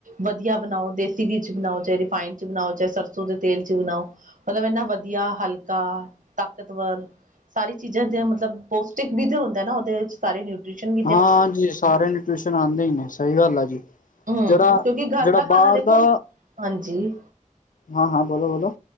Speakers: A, on the right; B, on the left.
A: ਵਧੀਆ ਬਣਾਓ ਦੇਸੀ ਘੀ ਚ' ਬਣਾਓ, ਚਾਹੇ ਰਿਫਡ ਚ' ਬਣਾਓ, ਚਾਹੇ ਸਰਸੋਂ ਦੇ ਤੇਲ ਚ' ਬਣਾਓ। ਮਤਲਬ ਇਨਾ ਵਧੀਆ। ਹਲਕਾ ਤਾਕਤਵਰ। ਸਾਰੀ ਚੀਜ਼ਾਂ ਮਤਲਬ ਪੌਸ਼ਟਿਕ ਵੀ ਤਾਂ ਹੁੰਦੀ ਨਾ ਉਹਦੇ ਵਿੱਚ। ਸਾਰੇ ਨਿਊਟ੍ਰਿਸ਼ਨ
B: ਹਾਂ, ਜੀ ਸਾਰਿਆਂ ਨੂੰ ਟਿਊਸ਼ਨ ਆਉਂਦੇ ਹੀ ਨੇ ਸਹੀ ਗੱਲ ਆ ਜੀ।
A: ਹਮ
B: ਜਿਹੜਾ
A: ਕਿਉਂਕਿ ਘਰ
B: -ਜਿਹੜਾ
A: ਦਾ ਖਾਣਾ
B: ਬਾਹਰ
A: ਦੇਖੋ
B: ਦਾ।
A: ਹਾਂਜੀ
B: ਹਾਂ- ਹਾਂ ਬੋਲੋ- ਬੋਲੋ।